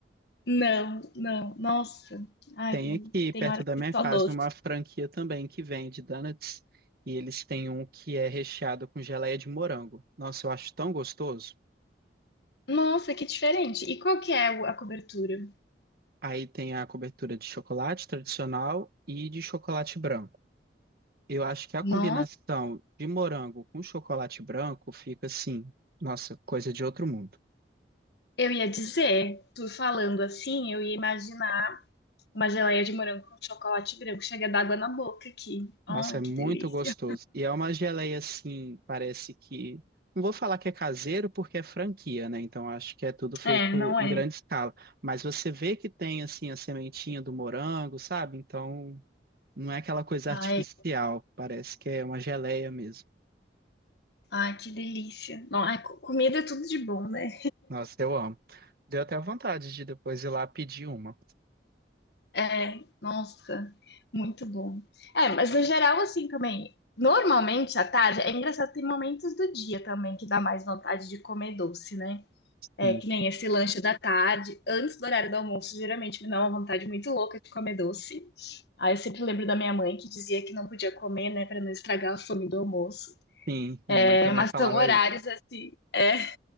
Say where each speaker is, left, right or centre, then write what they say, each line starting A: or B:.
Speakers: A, on the left; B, on the right.
A: Não, não, nossa, ai,
B: Tem aqui
A: tem
B: perto
A: horas
B: da minha
A: que só
B: casa
A: doce.
B: uma franquia também que vende donuts e eles têm um que é recheado com geleia de morango. Nossa, eu acho tão gostoso.
A: Nossa, que diferente. E qual que é o- a cobertura?
B: Aí tem a cobertura de chocolate tradicional e de chocolate branco. Eu acho que a
A: Nossa,
B: combinação de morango com chocolate branco fica assim, nossa, coisa de outro mundo.
A: eu ia dizer, tu falando assim, eu ia imaginar uma geleia de morango com chocolate branco, chega d'água na boca aqui. Ai,
B: Nossa, é muito
A: que delícia.
B: gostoso. E é uma geleia assim, parece que. Não vou falar que é caseiro porque é franquia, né? Então acho que é tudo feito
A: É, não
B: em
A: é?
B: grande escala. Mas você vê que tem assim a sementinha do morango, sabe? Então não é aquela coisa
A: Ai,
B: artificial. Parece que é uma geleia mesmo.
A: Ai, que delícia. Não, ai, co- comida é tudo de bom, né?
B: Nossa, eu amo. Deu até vontade de depois ir lá pedir uma.
A: É, nossa, muito bom. É, mas no geral, assim também, normalmente à tarde, é engraçado, tem momentos do dia também que dá mais vontade de comer doce, né? É,
B: Sim,
A: que nem esse lanche da tarde, antes do horário do almoço, geralmente me dá uma vontade muito louca de comer doce. Aí eu sempre lembro da minha mãe que dizia que não podia comer, né, para não estragar a fome do almoço.
B: sim. Minha
A: É,
B: mãe também
A: mas
B: falava
A: são horários
B: isso.
A: assim. é,